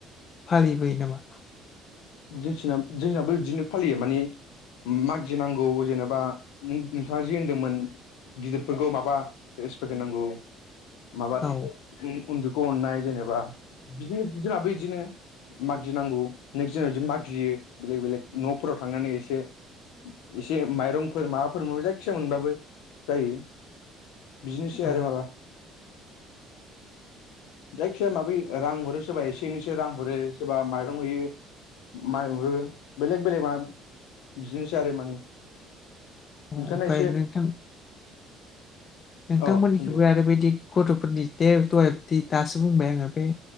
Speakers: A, on the left; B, on the left.
A: फालिबोयो नामा?
B: जोंथिना जोंनाबो बिदिनो फालियो माने मागिनांगौ जेनेबा नोंथाङा जे होनदोंमोन। गिदिरफोरखौ माबा रेसपेक होनांगौ माबा
A: औ
B: उन्दैखौ अननाय जेनेबा बिदि जोंहाबो बिदिनो मागि नांगौ। नेक्स्ट दिनाव बिदि मागियो बेलेग बेलेग न'फोराव थांनानै एसे एसे माइरंफोर माबाफोर मोन जायखिजाया मोनबाबो जायो। बिदिनोसै
A: औ
B: आरो माबा जायखिजाया माबि रां हरो सोरबा एसे एनैसे रां हरो सोरबा माइरं होयो। माइ हरो बेलेग बेलेग मा बिदिनोसै आरो माने
A: अ
B: नोंथाङा
A: ओमफ्राय
B: एसे
A: नोंथां। नोंथांमोननिखिबो
B: अ होनदो दे
A: आरो बैदि गथ'फोरनि दे दहाय दासो बुंबाय आङो बे